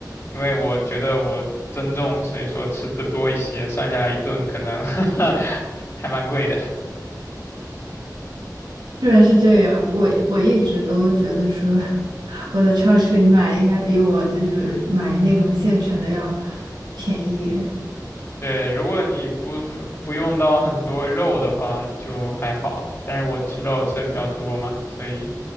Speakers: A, on the left; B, on the right.
A: 因为我觉得我增重，所以说吃的多一些，算下来一顿可能 <laughs> 还蛮贵的。
B: 居然是这样，我我一直都觉得说，<laughs> 我在超市里买应该比我就是买那种现成的要便宜。
A: 对，如果你不不用到很多肉的话，就还好。但是我吃肉吃的比较多嘛，所以